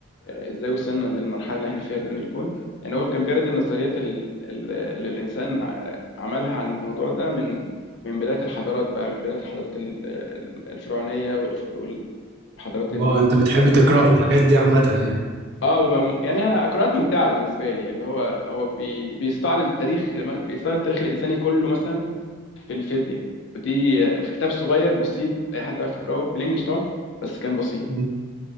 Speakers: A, on the left (about 70°); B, on the right (about 55°).
A: آه، ازاي وصلنا للمرحلة اللي احنا فيها دي من الكون يعني هو كان بيرد النظريات ال- ال- اللي الإنسان ع- عملها عن الموضوع ده من من بداية الحضارات بقى من بداية الحضارات ال- ال- الفرعونية والف- والحضارات اليونانية
B: اه انت بتحب
A: القديمة
B: تقرا في الحاجات دي عامة يعني
A: اه ببقى مم- يعني قراءات ممتعه بالنسبه لي اللي هو هو بي بيستعرض التاريخ بيستعرض التاريخ الانساني كله مثلا في الفيزياء ودي في كتاب صغير بسيط اي حد يعرف يقراه بالانجلش طبعا بس كان بسيط
B: مم.